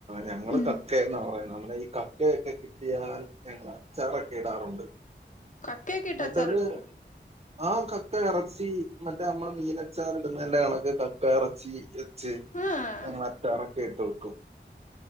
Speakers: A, on the right; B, on the left.
A: ഞങ്ങള്
B: ഉം
A: കക്കയെന്നാ പറയുന്നെ കക്കയൊക്കെ കിട്ടിയാ ഞങ്ങള് അച്ചാറൊക്കെ ഇടാറുണ്ട്
B: കക്കെയൊക്കെയിട്ട്
A: എന്നിട്ടൊരു
B: അച്ചാറിടോ
A: ആ കക്ക ഇറച്ചി മറ്റേ നമ്മള് മീനച്ചാർ ഇടുന്നല്ല കണക്ക് കക്ക ഇറച്ചി
B: ആഹ്
A: ഞങ്ങൾ അച്ചാറൊക്കെ ഇട്ടു ഉം